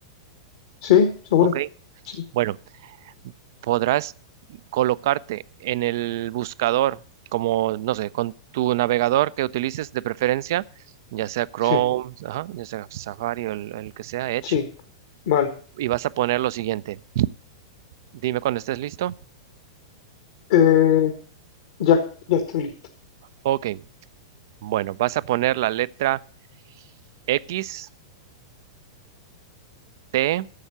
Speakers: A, on the left; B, on the right.
A: Sí, seguro.
B: Ok,
A: Sí,
B: bueno. podrás colocarte en el buscador, como, no sé, con tu navegador que utilices de preferencia, ya sea Chrome,
A: sí,
B: ajá, ya sea Safari o el, el que sea, Edge,
A: sí, vale.
B: y vas a poner lo siguiente. Dime cuando estés listo.
A: Eh, ya, ya estoy listo.
B: Ok, bueno, vas a poner la letra X, T